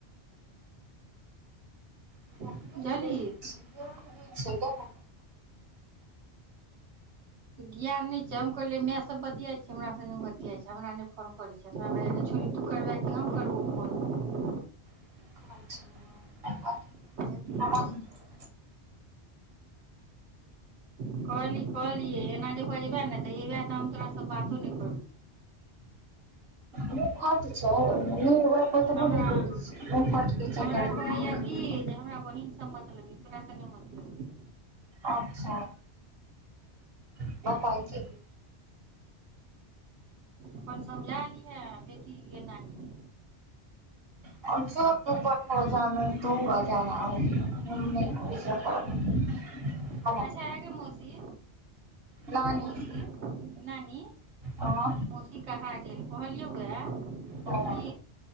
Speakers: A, on the right (about 60°); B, on the right (about 75°).
A: <inaudible>
B: बुझलही ज्ञान नय छै हम कहलिय मैायं सब बतिया छी हमरा सब नय बतिया छै हमरा नय फोन करे छै जकरा कहहिआके छोरी तू करबै कि हम करबौ फोन
A: <inaudible>
B: बुझलियै
A: ह <inaudible>
B: कहली कहलि एना जे बजबे ने तऽ एबे तऽ हम तोराँ बातो नय कर
A: <inaudible>
B: हमरा हमरा कहैया कि हमरा बहिन सब मतलबी तोरा सँ नइ मतलबी
A: अच्छा <inaudible>
B: अपन समझा लिहा बेटी के नानी
A: <inaudible> <inaudible>
B: अच्छा आ गे मौसी
A: नानी
B: मौसी नानी
A: अहाँ
B: मौसी कहा गेल कहलियौ गए
A: हँ
B: कि